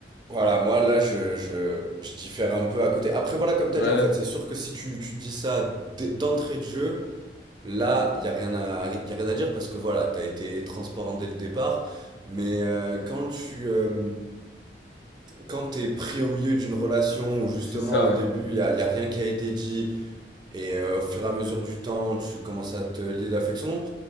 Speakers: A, on the right; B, on the left.
A: voilà, moi là, je, je, je diffère un peu à côté. Après, voilà, comme
B: Ouais,
A: tu as dit, en fait, c'est sûr que si tu, tu dis ça d- d'entrée de jeu, là, il n'y a rien à, y a rien à dire parce que voilà, tu as été transparent dès le départ. Mais euh, quand tu, euh, Quand t'es pris au milieu d'une relation où justement
B: donc c'est ça,
A: au
B: ouais.
A: début il y a, y a rien qui a été dit et euh, au fur et à mesure du temps tu commences à te lier d'affection,